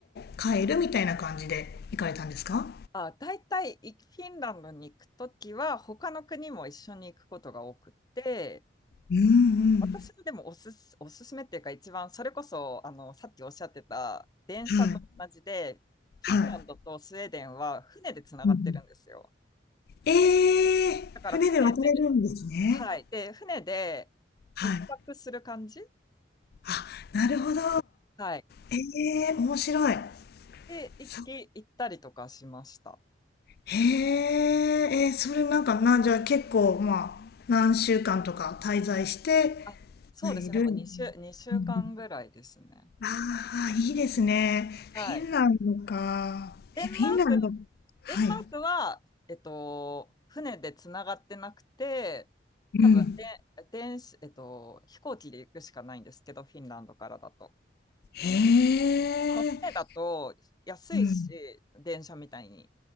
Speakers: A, on the left (about 60°); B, on the left (about 25°).
A: 回って帰るみたいな感じで行かれたんですか？
B: あ、大体いフィンランドに行くときは他の国も一緒に行くことが多くて、
A: うん
B: 私はでもおすす、おすすめっていうか一番それこそあのさっきおっしゃってた電車と同じで、
A: うん。はい。
B: フィンランドとスウェーデンは船でつながってるんですよ。
A: はい。うんうん。ええ船で渡れるんですね。
B: だから船で、はい。で、船で
A: はい。
B: 一泊する感じ
A: あ、なるほど。
B: はい。
A: ええ面白い。
B: で、行き、
A: そ
B: 行ったりとかしました。
A: へえ、えーそれなんか、なんじゃあ結構、まあ、何週間とか滞在して
B: あ、そうですね。
A: いる。
B: でも2週、
A: うん
B: 2週間ぐらいですね。
A: うんああいいですね。
B: はい。
A: フィンランドか。
B: デンマーク
A: え、フィンランド。はい。
B: デンマークは、えっと、船でつながってなくて、多分
A: うん。
B: で、電子、えっと、飛行機で行くしかないんですけど、フィンランドからだと。
A: へえ。
B: でも船だと安いし、
A: うん。
B: 電車みたいに。